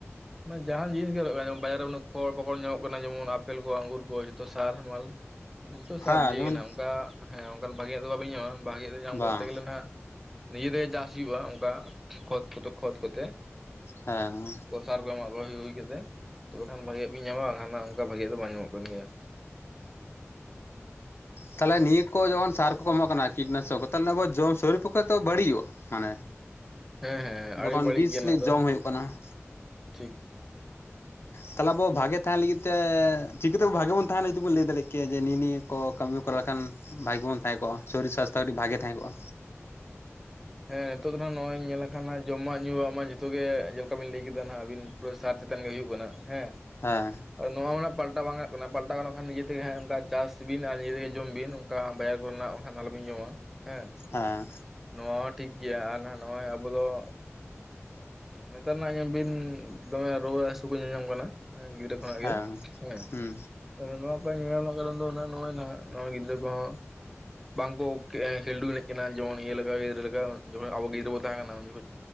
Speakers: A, in the centre; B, on the left (about 55°).
A: ᱢᱟᱱᱮ ᱡᱟᱦᱟᱱ ᱡᱤᱱᱤᱥ ᱜᱮᱞᱚᱜ ᱠᱟᱱᱟ ᱵᱟᱡᱟᱨ ᱨᱮ ᱩᱱᱟᱜ ᱠᱷᱚᱲ ᱯᱟᱚᱠᱚᱲ ᱧᱟᱢᱚᱜ ᱠᱟᱱᱟ ᱡᱮᱢᱚᱱ ᱟᱯᱮᱞ ᱠᱚ ᱟᱝᱜᱩᱨ ᱠᱚ ᱡᱚᱛᱚ ᱥᱟᱨ ᱢᱟᱞ ᱡᱚᱛᱚ ᱥᱟᱨ
B: ᱦᱮᱸ
A: ᱫᱤᱭᱮ
B: ᱡᱮᱢᱚᱱ
A: ᱚᱱᱠᱟ ᱦᱮᱸ ᱚᱱᱠᱟ ᱵᱷᱟᱜᱮᱭᱟᱜ ᱫᱚ ᱵᱟᱵᱤᱱ ᱧᱟᱢᱟ ᱵᱷᱟᱜᱤᱭᱟᱜ ᱫᱚ ᱧᱟᱢ
B: ᱵᱟᱝ
A: ᱠᱚᱨᱛᱮ ᱜᱮᱞᱮ ᱱᱟᱜ ᱱᱤᱡᱮ ᱛᱮ ᱪᱟᱥ ᱦᱩᱭᱩᱜᱼᱟ ᱚᱱᱠᱟ ᱠᱷᱚᱛ ᱠᱷᱚᱛ ᱠᱷᱚᱛ ᱠᱚᱛᱮ᱾
B: ᱦᱮᱸ
A: ᱥᱟᱨ ᱠᱚ ᱮᱢᱟ ᱠᱚᱣᱟ ᱦᱩᱭᱛᱮᱫ ᱛᱚᱵᱮᱠᱷᱟᱱ ᱵᱷᱟᱜᱤᱭᱟᱜ ᱵᱤᱱ ᱧᱟᱢᱟ ᱵᱟᱝ ᱠᱷᱟᱱ ᱚᱱᱠᱟ ᱵᱷᱟᱜᱤᱭᱟᱜ ᱫᱚ ᱵᱟᱝ ᱧᱟᱢᱚᱜ ᱠᱟᱱ ᱜᱮᱭᱟ᱾
B: ᱛᱟᱦᱚᱞᱮ ᱱᱤᱭᱟᱹ ᱠᱚ ᱡᱚᱠᱷᱚᱱ ᱥᱟᱨ ᱠᱚᱠᱚ ᱮᱢᱚᱜ ᱠᱟᱱᱟ ᱠᱤᱴᱱᱟᱥᱚᱠ ᱠᱚ ᱛᱟᱦᱚᱞᱮ ᱟᱵᱚ ᱡᱚᱢ ᱥᱚᱨᱤᱨ ᱯᱚᱠᱠᱷᱮ ᱛᱚ ᱵᱟᱹᱲᱤᱡᱚᱜ ᱟ᱾ ᱢᱟᱱᱮ
A: ᱦᱮᱸ ᱦᱮᱸ
B: ᱡᱚᱠᱷᱚᱱ
A: ᱟᱹᱰᱤ ᱵᱟᱹᱲᱤᱡ
B: ᱵᱤᱥ
A: ᱜᱮᱭᱟ ᱱᱚᱣᱟ
B: ᱞᱟᱹᱜᱤᱫ
A: ᱫᱚ
B: ᱡᱚᱢ ᱦᱩᱭᱩᱜ ᱠᱟᱱᱟ ᱾
A: ᱴᱷᱤᱠ
B: ᱛᱟᱦᱚᱞᱮ ᱟᱵᱚ ᱵᱷᱟᱜᱮ ᱛᱟᱦᱮᱱ ᱞᱟᱹᱜᱤᱫ ᱛᱮ ᱪᱤᱠᱟᱹ ᱛᱮᱵᱚ ᱵᱷᱟᱜᱮ ᱵᱚᱱ ᱛᱟᱦᱮᱱᱟ ᱡᱩᱫᱤ ᱵᱚᱱ ᱞᱟᱹᱭ ᱫᱟᱲᱮᱭᱟᱜ ᱠᱮᱭᱟ ᱡᱮ ᱱᱤᱭᱟᱹ ᱱᱤᱭᱟᱹ ᱠᱚ ᱠᱟᱹᱢᱤ ᱠᱚᱨᱟᱣ ᱞᱮᱠᱷᱟᱱ ᱵᱷᱟᱜᱮ ᱵᱚᱱ ᱛᱟᱦᱮᱸ ᱠᱚᱜᱼᱟ ᱾ ᱥᱚᱨᱤᱨ ᱥᱟᱥᱛᱷᱚ ᱠᱟᱹᱴᱤᱡ ᱵᱷᱟᱜᱮ ᱛᱟᱦᱮᱸ ᱠᱚᱜᱼᱟ᱾
A: ᱦᱮᱸ ᱱᱤᱛᱚᱜ ᱫᱚᱦᱟᱜ ᱱᱚᱜᱼᱚᱭ ᱧᱮᱞ ᱞᱮᱠᱷᱟᱱ ᱦᱟᱜ ᱡᱚᱢᱟᱜ ᱧᱩᱣᱟᱜ ᱢᱟ ᱡᱚᱛᱚᱜ ᱜᱮ ᱪᱮᱫᱞᱮᱠᱟ ᱵᱤᱱ ᱞᱟᱹᱭ ᱠᱮᱫᱟ ᱦᱟᱜ ᱟᱹᱵᱤᱱ ᱯᱩᱨᱟᱹ ᱥᱟᱨ ᱪᱮᱛᱟᱱ ᱜᱮ ᱦᱩᱭᱩᱜ ᱠᱟᱱᱟ ᱦᱮᱸ
B: ᱦᱮᱸ
A: ᱟᱫᱚ ᱱᱚᱣᱟ ᱢᱟᱦᱟᱜ ᱯᱟᱞᱴᱟᱣ ᱵᱟᱝᱜᱟᱱᱚᱜ ᱠᱟᱱᱟ ᱯᱟᱞᱴᱟᱣ ᱜᱟᱱᱚᱜ ᱠᱷᱟᱱ ᱱᱤᱡᱮ ᱛᱮᱜᱮ ᱦᱟᱜ ᱚᱱᱠᱟ ᱪᱟᱥ ᱵᱤᱱ ᱟᱨ ᱱᱤᱡᱮᱜᱮ ᱡᱚᱢ ᱵᱤᱱ᱾ ᱚᱱᱠᱟ ᱵᱟᱡᱟᱨ ᱠᱚᱨᱮᱱᱟᱜ ᱚᱱᱠᱟ ᱟᱞᱚᱵᱤᱱ ᱡᱚᱢᱟ ᱾ ᱦᱮᱸ
B: ᱦᱮᱸ
A: ᱱᱚᱣᱟ ᱦᱚᱸ ᱴᱷᱤᱠ ᱜᱮᱭᱟ ᱟᱨ ᱱᱷᱟᱜ ᱱᱚᱜᱼᱚᱭ ᱟᱵᱚ ᱫᱚ ᱼᱼ ᱱᱮᱛᱟᱨ ᱱᱷᱟᱜ ᱞᱮᱧ ᱵᱤᱱ ᱫᱚᱢᱮ ᱨᱩᱣᱟᱹ ᱦᱟᱹᱥᱩ ᱠᱚ ᱧᱟᱧᱟᱢ ᱠᱟᱱᱟ᱾ ᱜᱤᱫᱽᱟᱹ ᱠᱚ ᱠᱷᱚᱱᱟᱜ
B: ᱦᱮᱸ
A: ᱜᱮ ᱦᱮᱸ
B: ᱦᱩᱸ
A: ᱛᱟᱦᱟᱞᱮ ᱱᱚᱣᱟ ᱠᱚ ᱧᱮᱞ ᱧᱟᱢ ᱨᱮᱱᱟᱜ ᱠᱟᱨᱚᱱ ᱫᱚ ᱩᱱᱟᱹᱜ ᱱᱚᱜᱼᱚᱭ ᱱᱟᱦᱟᱜ ᱱᱚᱣᱟ ᱜᱤᱫᱽᱨᱟᱹ ᱠᱚᱦᱚᱸ ᱵᱟᱝ ᱠᱚ ᱼᱼ <unintelligible> ᱠᱷᱮᱞᱰᱩ ᱮᱱᱮᱡ ᱠᱟᱱᱟ ᱡᱮᱢᱚᱱ ᱤᱭᱟᱹ ᱞᱮᱠᱟ ᱜᱤᱫᱨᱟᱹ ᱞᱮᱠᱟ ᱡᱚᱠᱷᱚᱱ ᱟᱵᱚ ᱜᱤᱫᱽᱨᱟᱹ ᱵᱚ ᱛᱟᱦᱮᱸ ᱠᱟᱱᱟ ᱩᱱ ᱡᱚᱠᱷᱚᱡ ᱼᱼ